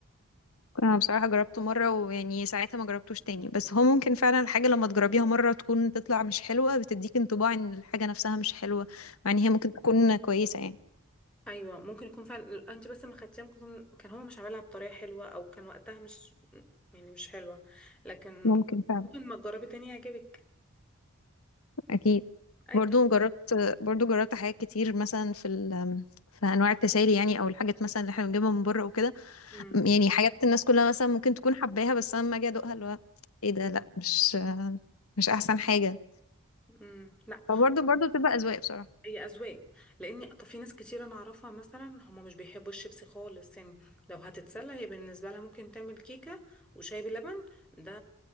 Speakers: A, on the left (about 80°); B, in the centre.
A: انا بصراحة جربته مرة ويعني ساعتها ما جربتوش تاني بس هو ممكن فعلا الحاجة لما تجربيها مرة تكون تطلع مش حلوة بتديك انطباع ان الحاجة نفسها مش حلوة مع ان هي ممكن تكون كويسة يعني
B: ايوه ممكن يكون فعلا انت بس ما خدتيها ممكن يكون- كان هو مش عاملها بطريقه حلوه او كان وقتها مش يعني مش حلوه لكن
A: ممكن فعلا
B: ممكن ما تجربي تاني يعجبك
A: اكيد
B: أي...
A: برضو جربت برضو جربت حاجات كتير مثلا في ال في انواع التسالي يعني او الحاجات مثلا اللي احنا بنجيبها من بره وكده
B: امم
A: يعني حاجات الناس كلها مثلا ممكن تكون حباها بس انا لما اجي ادوقها اللي هو ايه ده لا مش مش احسن حاجة
B: امم لا
A: فبرضو برضو بتبقى اذواق بصراحة
B: هي اذواق لاني طب في ناس كتير انا اعرفها مثلا هم مش بيحبوا الشيبسي خالص يعني لو هتتسلى هي بالنسبه لها ممكن تعمل كيكه وشاي بلبن ده